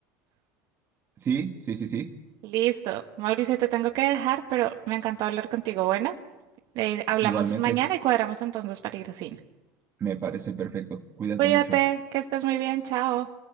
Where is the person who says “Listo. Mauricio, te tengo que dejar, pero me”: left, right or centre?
Right